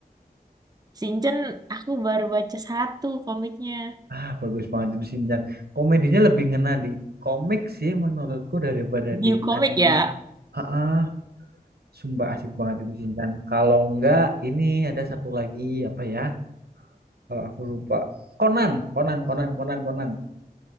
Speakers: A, on the right; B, on the right.
A: Shinchan aku baru baca satu komiknya.
B: ah bagus banget itu Shinchan komedinya lebih ngena di komik sih menurutku daripada
A: New
B: di
A: Comic
B: anime
A: ya?
B: ah ah, sumpah asik banget itu Shinchan kalau enggak ini ada satu lagi apa ya kalau aku lupa Conan Conan Conan Conan Conan